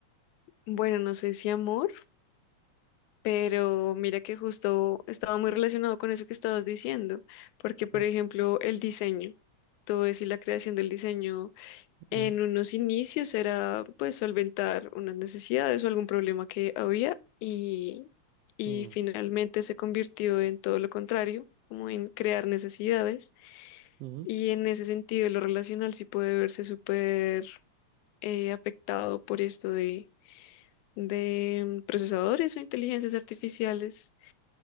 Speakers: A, on the left; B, on the right.
A: Bueno, no sé si amor. Pero mira que justo estaba muy relacionado con eso que estabas diciendo, porque por
B: Mm,
A: ejemplo el diseño, todo eso y la creación del diseño
B: mm,
A: en unos inicios era pues solventar unas necesidades o algún problema que había y, y
B: mm,
A: finalmente se convirtió en todo lo contrario, como en crear necesidades
B: mm,
A: y en ese sentido lo relacional sí puede verse súper eh, afectado por esto de, de procesadores o inteligencias artificiales